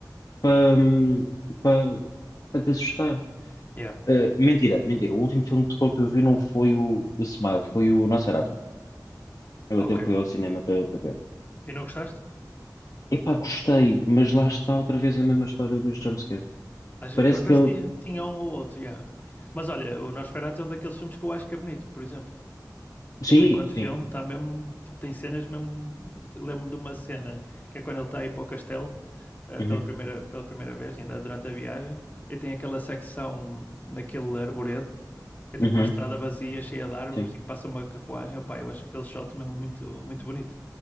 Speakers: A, on the left; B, on the left.
A: para, hum, para, para te assustar.
B: Yeah.
A: Uh, mentira, mentira. O último filme de terror que eu vi não foi o, o Smile, foi o Nosferatu. Eu
B: Ok.
A: até fui ao cinema para para ver.
B: E não gostaste?
A: Epá, gostei, mas lá está outra vez a mesma história dos jumpscares.
B: Às-
A: Parece
B: Por acaso
A: que ele.
B: tinha, tinha um ou outro, já. Mas olha, o Nosferatu é um daqueles filmes que eu acho que é bonito, por exemplo.
A: Sim,
B: Tipo, enquanto
A: sim.
B: filme, está mesmo. Tipo, tem cenas mesmo. Lembro-me de uma cena que é quando ele está a ir para o castelo eh,
A: Uhum,
B: pela primeira, pela primeira vez, ainda durante a viagem. E tem aquela secção naquele arboredo, que é tipo
A: uhum,
B: uma estrada vazia, cheia de árvores
A: sim,
B: e que passa uma carruagem. Opá, eu acho aquele shot mesmo muito, muito bonito.